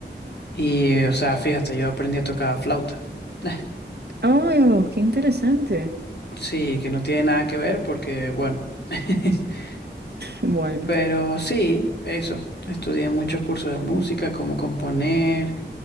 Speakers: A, on the left (about 65°); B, on the right (about 60°).
A: Y, eh, o sea, fíjate, yo aprendí a tocar flauta. <laughs>
B: ¡Oh, qué interesante!
A: Sí, que no tiene nada que ver porque, bueno. <laughs>
B: <laughs> Bueno,
A: Pero sí, eso. Estudié muchos cursos de música, cómo componer,